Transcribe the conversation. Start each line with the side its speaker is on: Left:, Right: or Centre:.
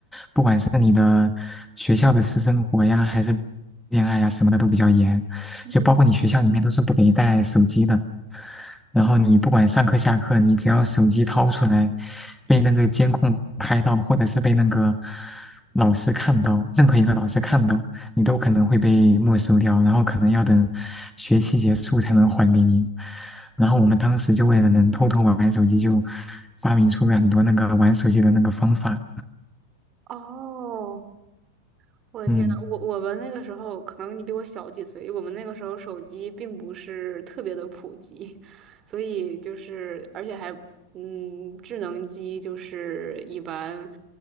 Centre: 不管是你的学校的私生活呀，还是恋爱呀什么的都比较严，
Right: 嗯，
Centre: 就包括你学校里面都是不给带手机的。然后你不管上课下课，你只要手机掏出来，被那个监控拍到，或者是被那个老师看到，任何一个老师看到，你都可能会被没收掉，然后可能要等学期结束才能还给你。然后我们当时就为了能偷偷玩玩手机，就发明出了很多那个玩手机的那个方法。
Right: 哦，我的天呐，
Centre: 嗯，
Right: 我我们那个时候，可能你比我小几岁，我们那个时候手机并不是特别的普及，所以就是而且还嗯，智能机就是一般